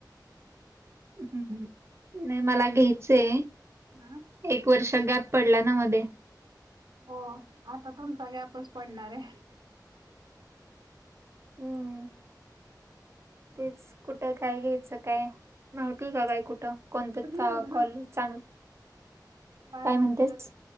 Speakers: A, on the right; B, on the right.
A: हम्म हम्म.. मला घ्यायचेय
B: हा
A: एक वर्ष गॅप. पडला ना मध्ये.
B: हो, आता तुमचा गॅपच पडणार ये.
A: हम्म. तेच कुठं काय घ्यायचं काय. माहिती का काय कुठं कोणत,
B: घेवा म्हण
A: कॉलज चांगलं
B: बारामतीलाच
A: काय म्हणतेस.